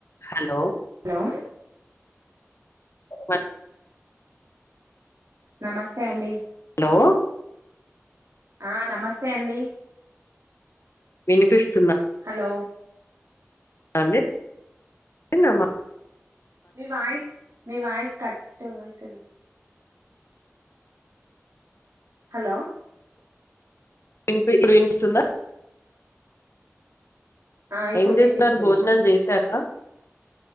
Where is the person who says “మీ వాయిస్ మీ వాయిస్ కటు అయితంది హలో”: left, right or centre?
Right